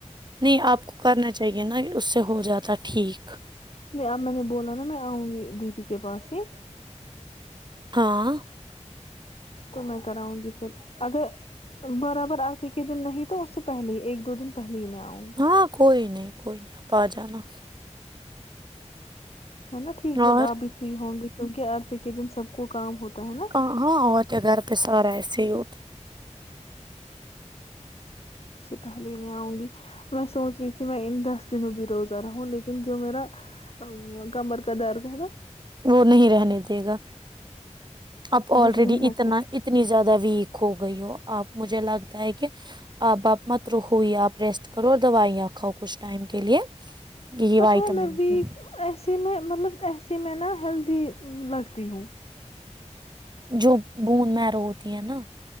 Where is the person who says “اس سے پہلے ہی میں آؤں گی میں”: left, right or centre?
Left